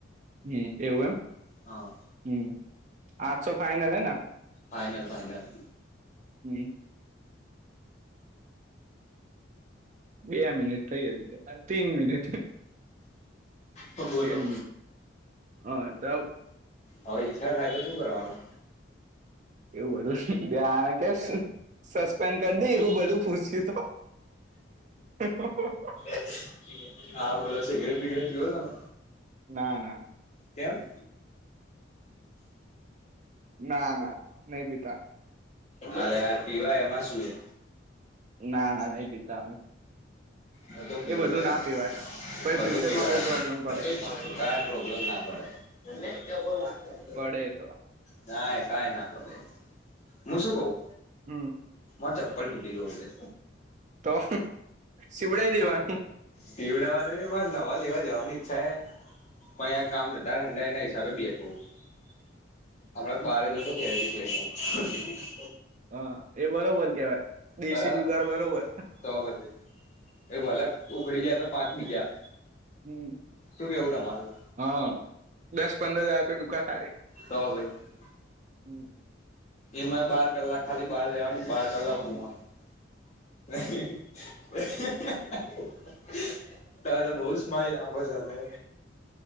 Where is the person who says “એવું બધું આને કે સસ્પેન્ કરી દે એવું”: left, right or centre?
Right